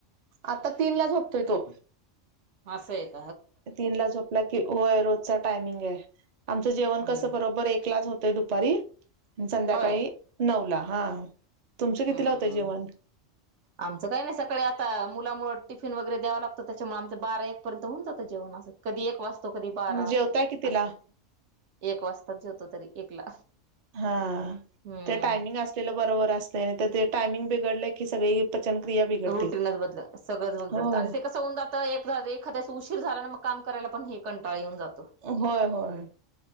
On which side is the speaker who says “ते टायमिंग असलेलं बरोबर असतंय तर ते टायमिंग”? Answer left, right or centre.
Right